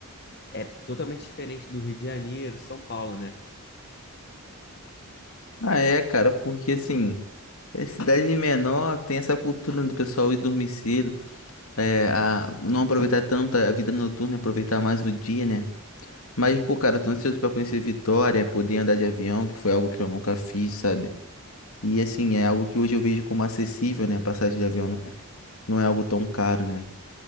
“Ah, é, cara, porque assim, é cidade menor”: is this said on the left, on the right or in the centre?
Left